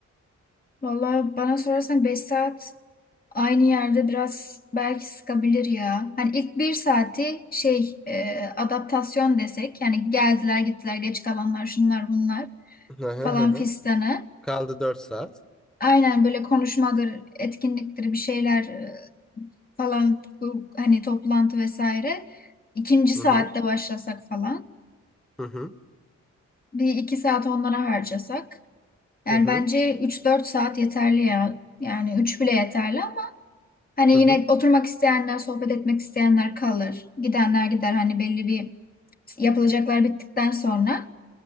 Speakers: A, on the left; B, in the centre.
A: Valla bana sorarsan 5 saat aynı yerde biraz belki sıkabilir ya. Hani ilk bir saati şey e, adaptasyon desek. Yani geldiler gittiler geç kalanlar şunlar bunlar
B: Hı hı
A: falan
B: hı. hı.
A: fistanı.
B: Kaldı dört saat.
A: Aynen böyle konuşmadır, etkinliktir, bir şeyler e, falan bu hani toplantı vesaire. İkinci saatte
B: Hı hı.
A: başlasak falan.
B: Hı hı.
A: Bir iki saat onlara harcasak. Yani
B: Hı hı.
A: bence üç dört saat yeterli ya. Yani 3 bile yeterli ama hani
B: Hı hı.
A: yine oturmak isteyenler, sohbet etmek isteyenler kalır. Gidenler gider hani belli bir yapılacaklar bittikten sonra